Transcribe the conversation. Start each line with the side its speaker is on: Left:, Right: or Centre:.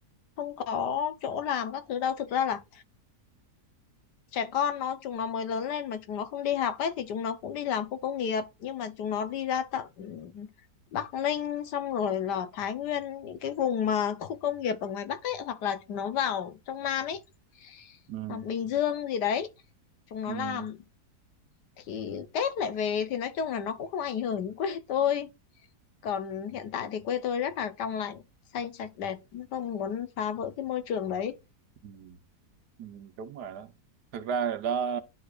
Left: không có chỗ làm các thứ đâu. Thực ra là trẻ con nó chúng nó mới lớn lên mà chúng nó không đi học ấy thì chúng nó cũng đi làm khu công nghiệp, nhưng mà chúng nó đi ra tận Bắc Ninh xong rồi là Thái Nguyên những cái vùng mà khu công nghiệp ở ngoài Bắc ấy hoặc là chúng nó vào trong Nam ấy,
Right: Ừ.
Left: hoặc Bình Dương gì đấy, chúng nó
Right: ừ,
Left: làm thì Tết lại về thì nói chung là nó cũng không ảnh hưởng đến quê tôi còn hiện tại thì quê tôi rất là trong lành xanh sạch đẹp không muốn phá vỡ cái môi trường đấy
Right: ừ. Ừ, đúng rồi đó thực ra là đó,